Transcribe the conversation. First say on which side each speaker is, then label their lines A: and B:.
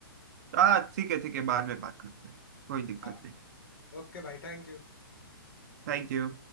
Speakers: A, on the right (about 45°); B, on the left (about 70°).
A: हाँ ठीक है ठीक है बाद में बात करते हैं कोई दिक्कत
B: हाँ
A: नहीं
B: ओके भाई थैंक यू
A: Thank you